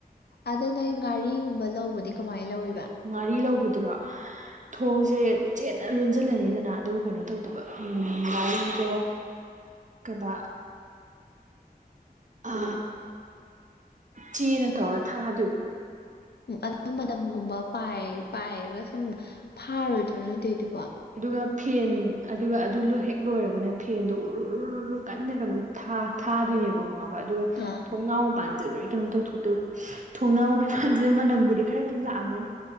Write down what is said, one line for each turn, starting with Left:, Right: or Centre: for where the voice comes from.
Left: ꯑꯗꯨ ꯅꯣꯏ ꯘꯔꯤꯒꯨꯝꯕ ꯂꯧꯕꯗꯤ ꯀꯃꯥꯏꯅ ꯂꯧꯏꯕ
Right: ꯉꯥꯔꯤ ꯂꯧꯕꯗꯨꯔꯣ ꯊꯣꯡꯁꯦ ꯆꯦꯠꯅ ꯂꯨꯣꯟꯁꯤꯜꯂꯅꯤꯗꯅ ꯑꯗꯨ ꯀꯩꯅꯣ ꯇꯧꯗꯕ ꯃꯔꯤꯗꯣ ꯀꯗꯥ ꯑ ꯆꯦꯅ ꯇꯧꯔ ꯊꯥꯗꯣꯏꯕ
Left: ꯑꯗꯨ ꯃꯅꯝꯒꯨꯝꯕꯥꯏ ꯄꯥꯏꯔꯒ ꯁꯨꯝ ꯐꯥꯔꯣꯏꯗ꯭ꯔꯣ ꯅꯣꯏꯗꯩꯗꯨꯕ
Right: ꯑꯗꯨꯒ ꯐꯦꯟ ꯑꯗꯨꯒ ꯑꯗꯨ ꯍꯦꯛ ꯂꯣꯏꯔꯒꯅ ꯐꯦꯟꯗꯣ ꯎꯔꯨ ꯀꯟꯅ ꯀꯩꯅꯣ ꯊꯥ ꯊꯥꯗꯣꯏꯅꯦꯕ ꯉꯣꯕ ꯑꯗꯨꯒ
Left: ꯑꯥ
Right: ꯊꯣꯡꯅꯥꯎ ꯃꯄꯥꯟꯁꯦ ꯂꯣꯏ ꯀꯩꯅꯣ ꯇꯧꯊꯣꯛꯇꯕ ꯊꯣꯡꯅꯥꯎ ꯃꯄꯥꯟꯁꯦ ꯃꯅꯝꯕꯨꯗꯤ ꯈꯔ ꯑꯗꯨꯝ ꯂꯥꯛꯑꯝꯒꯅꯤ